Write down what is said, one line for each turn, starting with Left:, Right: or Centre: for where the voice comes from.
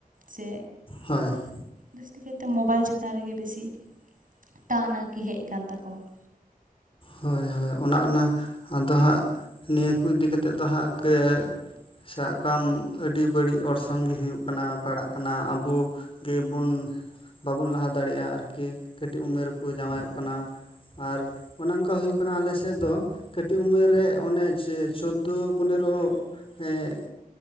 Right: ᱥᱮ
Left: ᱦᱳᱭ ᱾
Right: ᱡᱟᱹᱥᱛᱤ ᱠᱟᱭᱛᱮ ᱢᱳᱚᱵᱟᱭᱤᱞ ᱪᱮᱛᱟᱱ ᱨᱮᱜᱮ ᱵᱤᱥᱤ ᱴᱟᱱ ᱟᱨᱠᱤ ᱦᱮᱡ ᱟᱠᱟᱱ ᱛᱟᱠᱚᱣᱟ ᱾
Left: ᱦᱳᱭ ᱦᱳᱭ ᱚᱱᱟ ᱚᱱᱟ ᱟᱫᱚ ᱦᱟᱸᱜ ᱱᱤᱭᱟᱹ ᱠᱚ ᱤᱫᱤ ᱠᱟᱛᱮᱫ ᱫᱚ ᱦᱟᱸᱜ ᱠᱟᱹ ᱥᱟᱵ ᱠᱟᱢ ᱟᱹᱰᱤ ᱵᱟᱹᱲᱤᱡ ᱚᱨᱥᱚᱝ ᱜᱮ ᱦᱩᱭᱩᱜ ᱠᱟᱱᱟ ᱯᱟᱲᱟᱜ ᱠᱟᱱᱟ ᱟᱵᱚ ᱜᱮᱵᱩᱱ ᱵᱟᱵᱩᱱ ᱞᱟᱦᱟ ᱫᱟᱲᱮᱭᱟᱜᱼᱟ ᱟᱨᱠᱤ ᱠᱟᱹᱴᱤᱡ ᱩᱢᱮᱨ ᱨᱮᱠᱚ ᱡᱟᱶᱟᱭᱚᱜ
Right: ᱦᱳᱭ
Left: ᱠᱟᱱᱟ ᱟᱨᱼᱼ ᱚᱱᱮ ᱚᱱᱠᱟ ᱦᱩᱭᱩᱜ ᱠᱟᱱᱟ ᱟᱞᱮᱥᱮᱫ ᱫᱚ ᱠᱟᱹᱴᱤᱡ ᱩᱢᱮᱨ ᱨᱮ ᱚᱱᱮ ᱪᱮ ᱪᱳᱫᱳ ᱯᱚᱱᱮᱨᱚ ᱦᱮᱸ